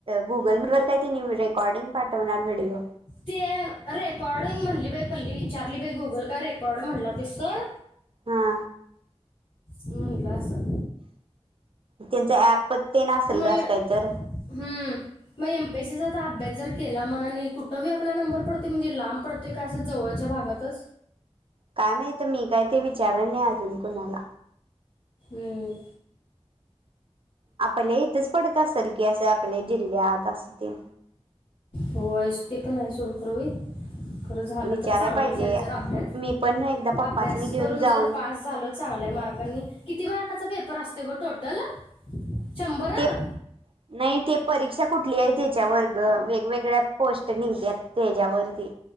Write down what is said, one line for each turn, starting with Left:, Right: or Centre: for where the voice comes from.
Right: गुगल मीटवर काय ते रेकॉर्डिंग पाठवणारं. व्हिडिओ.
Left: ते रेकॉर्डिंग म्हणली बाई पल्ली विचारली बाइ गुगल काय रेकॉर्ड म्हणला तो सर.
Right: हा.
Left: म्हणलं असं.
Right: त्यांचं ऐपत पण ते असेल
Left: मग हम्म.
Right: गं अस काही तर.
Left: मग एम पीए सी चा अभ्यास जर केला म्हणा आणि कुठे आपला नंबर पडतो म्हणजे लांब पडतो का असं जवळं. वरच्या भागातचं.
Right: काय माहित मी काय ते विचार नाही अजून कुणाला.
Left: ह.
Right: आपल्या इथेच पडत असेल की असे आपले जिल्ह्यात अस तेन.
Left: होयच ते पणं. खरं होईल, खरं झालं
Right: विचाराय
Left: तर चांगलंच
Right: पाहिजे
Left: आहे. जर अभ्यास.
Right: मी पण एकदा पप्पासनी
Left: अभ्यास
Right: घेऊन
Left: करून
Right: जाऊन
Left: जर पास झाल चांगल्या मार्कांनी, किती मार्काचा पेपर पेपर आसतोय गं टोटल. शंभर हा?
Right: ते नाही ते. परीक्षा कुठली आहे त्याच्या वर्ग वेगवेगळ्या पोस्ट निघतात त्याच्यावरती